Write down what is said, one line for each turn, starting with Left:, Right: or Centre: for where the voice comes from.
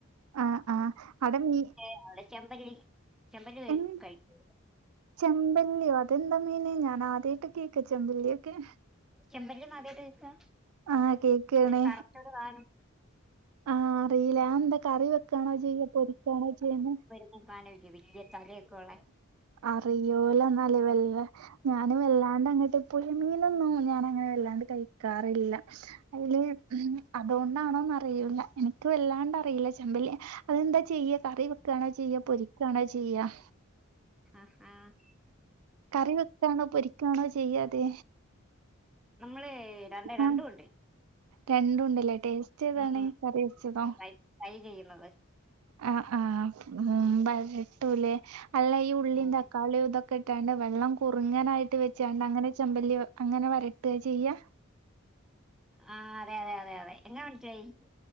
Right: അഹ്, ആഹ് അടമീ
Centre: അവടെ ചെമ്പല്ലി. ചെമ്പല്ലി കഴി-
Right: ഉം
Centre: കഴിക്കും
Right: ചെമ്പല്ലിയോ. തെന്താ മീന് ഞനാദ്യായിട്ട് കേക്ക ചെമ്പല്ലിയൊക്കെ.
Centre: ചെമ്പല്ലീന്നാദ്യായിട്ട് കേക്കാ
Right: ആഹ് കേക്കാണ്
Centre: ഒരു കറുത്തൊരു സാനം.
Right: ആഹ് അറീല്ല അഹ് എന്താ കറി വെക്കാണോ ചെയ്യാ പൊരിക്കാണോ ചെയ്യ്ണെ.
Centre: <unintelligible> വല്യ തലയൊക്കെള്ളെ.
Right: അറിയൂല്ലന്നല് വെല്ല ഞാന് വെല്ലാണ്ട് അങ്ങട്ട്. പുഴമീനൊന്നും ഞാനങ്ങനെ വല്ലാണ്ട് കഴിക്കാറില്ല. അയ്ല് മം അതോണ്ട് ന്നാണോന്നറിയൂല. എനക്ക് വല്ലാണ്ട് അറീല്ല ചെമ്പല്ലി ഹ് അതെന്താ ചെയ്യ കറിവെ ക്കാണോ ചെയ്യ പൊരിക്കാണോ ചെയ്യ.
Centre: അഹ് ആഹ്
Right: കറി വെക്കാണോ പൊരിക്കാണോ ചെയ്യത്.
Centre: നമ്മളെ രണ്ടെ
Right: ആഹ്
Centre: രണ്ടുണ്ട്.
Right: രണ്ടുണ്ടല്ലേ ടേസ്റ്റ് ഏതാണ്
Centre: ഉം
Right: കറി വെച്ചതോ.
Centre: ഫ്രൈ ഫ്രൈ ചെയ്യുന്നത്.
Right: ആഹ് ആഹ് ഉം ബരട്ടുലെ അല്ല ഈ ഉള്ളീ
Centre: ഉം.
Right: തക്കാളിതൊക്കെ. ക്കെഇട്ടാണ്ട് വെള്ളം കുറുങ്ങനായിട്ട് വെച്ചാണ്ട് അങ്ങനെ ചെമ്പല്ലി അങ്ങനെ വരട്ടാ ചെയ്യാ.
Centre: ആഹ് അതെ അതെ അതെ അതെ എങ്ങനെ മനസ്സിലായി.